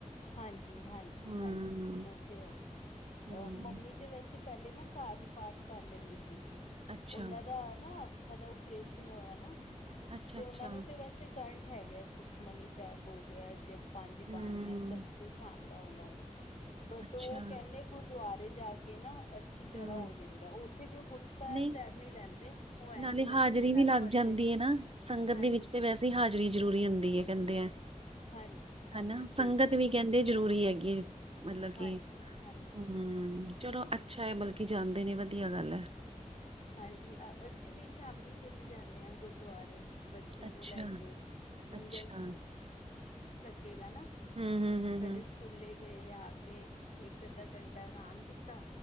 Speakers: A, on the left; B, on the right.
A: ਹਾਂਜੀ- ਹਾਂਜੀ
B: ਹੂੰ,
A: ਹਾਂਜੀ ਉਹ ਤੇ ਹੈ ਅਹ
B: ਹੂੰ,
A: ਮੰਮੀ ਤੇ ਵੈਸੇ ਪਹਿਲੇ ਨਾ ਘਰ ਹੀ ਪਾਠ ਕਰ ਲੈਂਦੀ ਸੀ
B: ਅੱਛਾ,
A: ਉਹਨਾਂ ਦਾ ਨਾ ਅੱਖਾਂ ਦਾ ਓਪਰੇਸ਼ਨ ਹੋਇਆ ਨਾ
B: ਅੱਛਾ-ਅੱਛਾ,
A: ਤੇ ਉਹਨਾਂ ਨੂੰ ਤੇ ਵੈਸੇ ਕ ਠ ਹੈਗਾ ਸੁਖਮਨੀ ਸਾਹਿਬ ਹੋ ਗਿਆ ਜ ਪੰਜ
B: ਹੂੰ,
A: ਬਾਣੀਆਂ ਸਭ ਕੁਛ ਆਉਂਦਾ ਉਹਨਾਂ ਨੂੰ ਬਟ
B: ਅੱਛਾ,
A: ਉਹ ਕਹਿੰਦੇ ਗੁਰਦੁਆਰੇ ਜਾ ਕੇ ਨਾ ਅੱਛੀ ਤਰ੍ਹਾਂ
B: ਹੂੰ,
A: ਹੋ ਜਾਂਦਾ ਉੱਥੇ ਵੀ ਉਹ ਗੁਟਕਾ
B: ਨਹੀਂ
A: ਸਾਹਿਬ ਨੀ ਲੈਂਦੇ ਉਹ ਐਵੇਂ
B: ਨਾਲੇ
A: ਨਾਲ
B: ਹਾਜ਼ਰੀ
A: ਦੇ ਨਾਲ
B: ਵੀ ਲੱਗ
A: ਪੜ੍ਹਦੇ
B: ਜਾਂਦੀ ਐ ਨਾ ਸੰਗਤ
A: ਹਾਂਜੀ
B: ਦੇ ਵਿੱਚ ਤੇ ਵੈਸੇ ਹੀ ਹਾਜ਼ਰੀ ਜ਼ਰੂਰੀ ਹੁੰਦੀ ਹੈ ਕਹਿੰਦੇ ਆ
A: ਹਾਂਜੀ ਹਾਂਜੀ
B: ਹਨਾ ਸੰਗਤ
A: ਸਹੀ ਕਹਿ
B: ਵੀ
A: ਰਹੇ
B: ਕਹਿੰਦੇ ਜ਼ਰੂਰੀ ਹੈਗੀ ਮਤਲਬ
A: ਹਾਂਜੀ
B: ਕਿ
A: ਹਾਂਜੀ
B: ਹੂੰ ਚਲੋ ਅੱਛਾ ਹੈ ਬਲਕਿ ਜਾਂਦੇ ਨੇ ਵਧੀਆ ਗੱਲ ਹੈ
A: ਹਾਂਜੀ ਅ ਅਸੀਂ ਵੀ ਸ਼ਾਮੀ ਚਲੀ ਜਾਣੇ ਆ ਗੁਰਦੁਆਰੇ ਬੱਚਿਆਂ
B: ਅੱਛਾ,
A: ਨੂੰ ਲੈ ਕੇ ਹੁਣ
B: ਅੱਛਾ,
A: ਲਗੇਗਾ ਨਾ
B: ਹੂੰ-ਹੂੰ, ਹੂੰ-ਹੂੰ।
A: ਪਹਿਲੇ ਸਕੂਲੈ ਗਏ ਆ ਕੇ ਇੱਕ ਅੱਧਾ ਘੰਟਾ ਆਰਾਮ ਕੀਤਾ